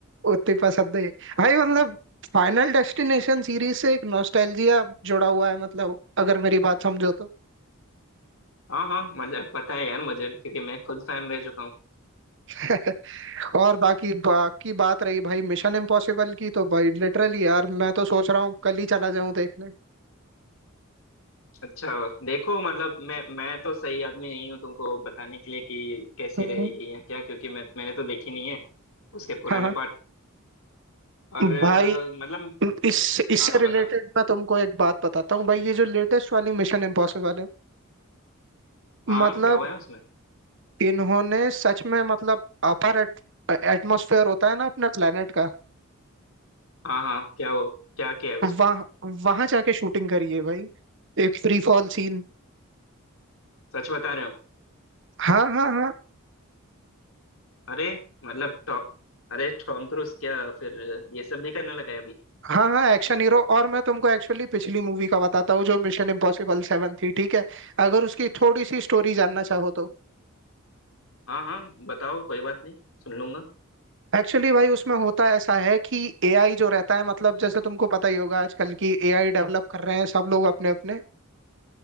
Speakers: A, on the right; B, on the left.
A: उतनी पसंद है भाई मतलब फाइनल डेस्टिनेशन सीरीज से एक नॉस्टैल्जिया जुड़ा हुआ है मतलब अगर मेरी बात समझो तो
B: हाँ हाँ मतलब पता है यार मुझे क्योंकि मैं खुद फैन रह चुका हूँ
A: <laughs> और बाकी बाकी बात रही भाई मिशन इम्पॉसिबल की तो भाई लिटरली यार मैं तो सोच रहा हूँ कल ही चला जाऊं देखने
B: अच्छा देखो मतलब मैं मैं तो सही आदमी नहीं हूँ तुमको बताने के लिए कि कैसी
A: हम्म,
B: रहेगी या क्या क्योंकि मैं मैंने तो देखी नहीं है उसके पुराने
A: हाँ हाँ।
B: पार्ट और अ,
A: भाई
B: मतलब
A: इस इससे
B: हाँ हाँ
A: रिलेटेड
B: बताओ
A: मैं तुमको एक बात बताता हूँ भाई ये जो लेटेस्ट वाली मिशन इम्पॉसिबल है
B: हाँ
A: मतलब
B: क्या हुआ है उसमें
A: इन्होंने सच में मतलब अपर एटमॉस्फेयर होता है ना अपना प्लेनेट का
B: हाँ हाँ क्या हो क्या क्या है उसमें
A: वहाँ वहां जाके शूटिंग करी है भाई एक फ्री फॉल सीन
B: सच बता रहे हो
A: हाँ हाँ हाँ
B: अरे मतलब टॉ- अरे टॉम क्रूज क्या फिर ये सब भी करने लगा है अभी
A: हाँ हाँ एक्शन हीरो और मैं तुमको एक्चुअली पिछली मूवी का बताता हूँ जो मिशन इम्पॉसिबल सेवन थी ठीक है अगर उसकी थोड़ी सी स्टोरी जानना चाहो तो।
B: हाँ हाँ बताओ कोई बात नहीं सुन लूंगा
A: एक्चुअली भाई उसमें होता ऐसा है कि एआई जो रहता है मतलब जैसे तुमको पता ही होगा आजकल की एआई डेवलप कर रहे हैं सब लोग अपने अपने